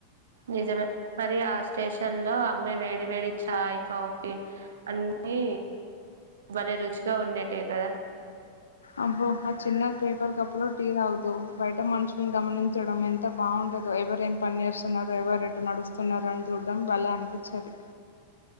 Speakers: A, on the right (about 65°); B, on the left (about 70°).
A: నిజమే మరి ఆ స్టేషన్ లో అమ్మే వేడి వేడి ఛాయ్ కాఫీ అన్నీ బలే రుచిగా ఉండేటివి కదా
B: అబ్బో ఆ చిన్న పేపర్ కప్ లో టీ తాగుతూ బయట మంచు మేం గమనించడం ఎంత బాగుండదు ఎవరు ఏం పని చేస్తున్నారు ఎవరు ఎటు నడుస్తున్నార అని చూడడం భలే అనిపించేది